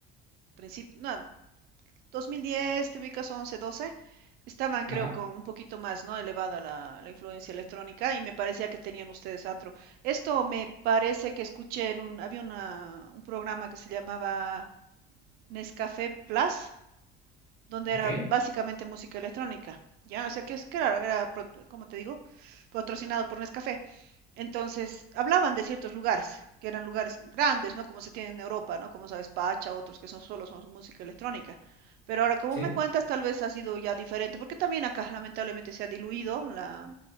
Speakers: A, on the right; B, on the left.
A: principio, no, 2010, te ubicas 11, 12, estaban creo
B: Ajá,
A: con un poquito más, ¿no? elevada la, la influencia electrónica y me parecía que tenían ustedes antro. Esto me parece que escuché en un, había una, un programa que se llamaba... Nescafé Plus, donde
B: ok,
A: era básicamente música electrónica. Ya, o sea que es claro, era, pro- como te digo, patrocinado por Nescafé. Entonces, hablaban de ciertos lugares, que eran lugares grandes, ¿no? Como se tiene en Europa, ¿no? Como sabes, Pacha, otros que son solo son música electrónica. Pero ahora, como
B: sí,
A: me cuentas, tal vez ha sido ya diferente, porque también acá lamentablemente se ha diluido la,